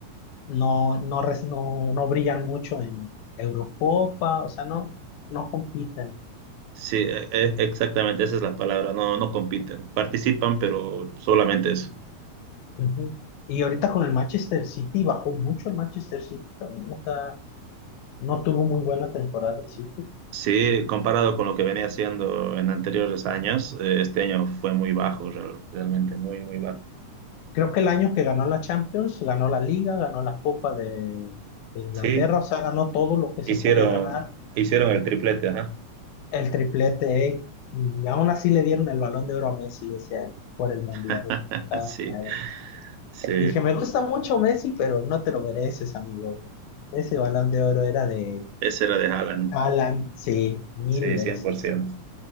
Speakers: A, on the left; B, on the right.
A: no, no, res- no, no brillan mucho en Eurocopa, o sea, no, no compiten.
B: Sí, e- e- exactamente, esa es la palabra, no, no compiten, participan, pero solamente eso.
A: Ujú. Y ahorita con el Manchester City, bajó mucho el Manchester City también, o sea, no tuvo muy buena temporada el City.
B: Sí, comparado con lo que venía haciendo en anteriores años, eh, este año fue muy bajo, real- realmente muy, muy bajo.
A: Creo que el año que ganó la Champions, ganó la Liga, ganó la Copa de, de Inglaterra,
B: Sí,
A: o sea, ganó todo lo que
B: hicieron,
A: se podía ganar,
B: hicieron el triplete, ajá.
A: el triplete, ¿eh? y aún así le dieron el Balón de Oro a Messi ese año por el Mundial.
B: <laughs>
A: Ah,
B: Sí,
A: eh,
B: sí,
A: Dije, me gusta mucho Messi, pero no te lo mereces, amigo. Ese Balón de Oro era de
B: ese era de Haaland,
A: Alan, sí, mil
B: sí,
A: veces.
B: cien por ciento.